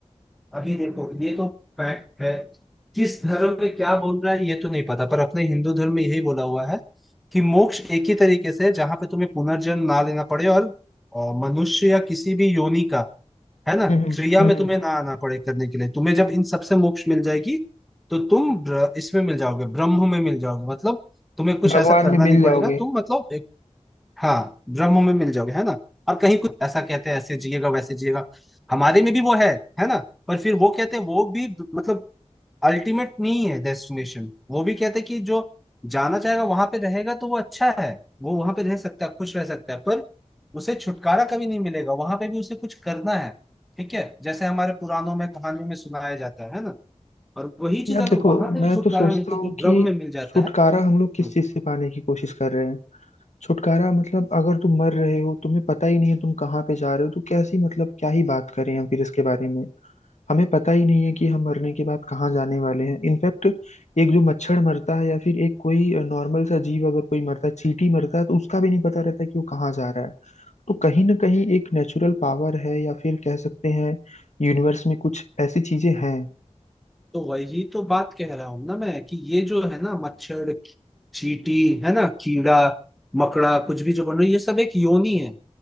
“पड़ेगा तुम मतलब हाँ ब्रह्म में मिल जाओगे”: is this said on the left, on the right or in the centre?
Centre